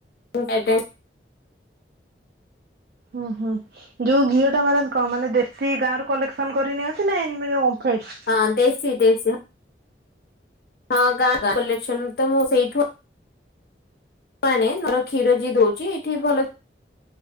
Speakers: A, on the left (about 55°); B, on the right (about 55°).
A: ମାଡ଼ାମ।
B: ଓ ହୁଁ ଯୋଉ ଘିଅ ଟା ମାନେ କଣ ମାନେ ଦେଶୀ ସି ଗାଁରୁ କଲେକ୍ସନ କରି ନିଅନ୍ତି ନା ଓମ୍ଫେଡ?
A: ହଁ ଦେଶୀ ଦେଶୀ। ହଁ ଗାଁ କଲେକ୍ସନ ତ ମୁଁ ସେଇଠୁ ନାଇଁ ନାଇଁ ମର କ୍ଷୀର ଯିଏ ଦଉଚି ଏଠି ଭଲ